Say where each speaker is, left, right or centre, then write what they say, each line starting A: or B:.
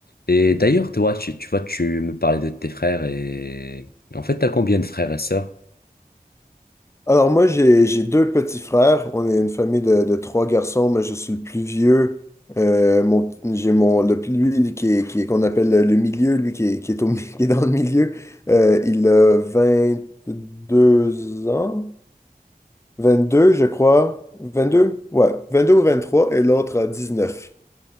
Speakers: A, on the left; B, on the left.
A: Et d'ailleurs, toi, tu, tu vois, tu me parlais de tes frères et en fait, t'as combien de frères et sœurs?
B: Alors moi, j'ai, j'ai deux petits frères. On est une famille de, de trois garçons, mais je suis le plus vieux. Euh, mon, j'ai mon, le plus, lui, qui est, qui est- qu'on appelle le, le milieu, lui qui est, qui est au, mi- <laughs> qui est dans le milieu. Euh, il a vingt deux ans, 22 je crois. 22? Ouais, 22 ou trois et l'autre a neuf